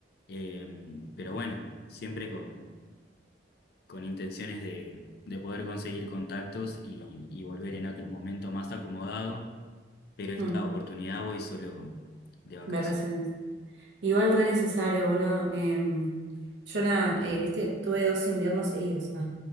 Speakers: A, on the left (about 60°); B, on the right (about 75°).
A: eh, pero bueno, siempre con, con intenciones de, de poder conseguir contactos y y volver en otro momento más acomodado pero esta
B: Mm,
A: oportunidad voy solo de vacación.
B: vacaciones. Igual re necesario, boludo. Em, yo na- eh, viste, tuve dos inviernos seguidos. ¿no?